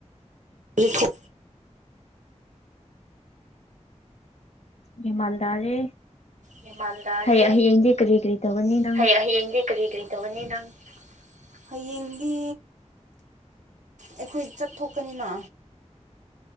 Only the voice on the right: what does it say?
<unintelligible>
ꯌꯥꯝꯃꯥꯟ ꯇꯥꯔꯦ
ꯍꯌꯦꯡ ꯍꯌꯦꯡꯗꯤ ꯀꯔꯤ ꯀꯔꯤ ꯇꯧꯒꯅꯤ ꯅꯪ ꯍꯌꯦꯡꯗꯤ ꯑꯩꯈꯣꯏ ꯆꯠꯊꯣꯛꯀꯅꯤꯅ